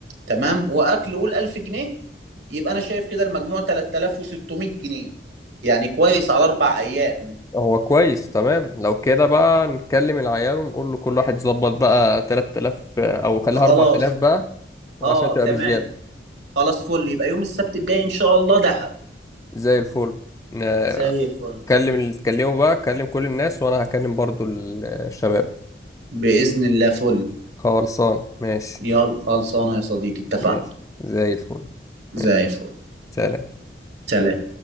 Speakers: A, on the right; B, on the left.
A: تمام وأكل قول 1000 جنيه يبقى أنا شايف كده المجموع 3600 جنيه يعني كويس على أربع أيام
B: هو كويس تمام لو كده بقى نكلم العيال ونقول له كل واحد يظبط بقى 3000 آه، او خليها
A: خلاص
B: 4000 بقى عشان
A: اه
B: تبقى
A: تمام
B: بزيادة
A: خلاص فل يبقى يوم السبت الجاي إن شاء الله دهب
B: زي الفل آه،
A: زي الفل
B: كلم اللي تكلمه بقى كلم كل الناس وانا هكلم برضو ال- الشباب
A: بإذن الله فل
B: خلصان ماشي
A: يلا خلصانة يا صديقي اتفقنا
B: ماشي زي الفل
A: زي
B: ماشي
A: الفل
B: سلام
A: سلام